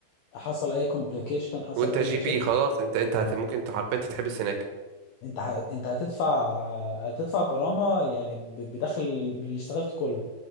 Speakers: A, on the left (about 80°); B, on the right (about 80°).
A: حصل اي كومبليكيشن حصل
B: وانت
A: اي
B: جي
A: مشاكل
B: بي خلاص انت انت هت ممكن انت حرفيا تتحبس هناك
A: انت ه... انت هتدفع هتدفع غرامة يعني ب... بدخل اللي اشتغلته كله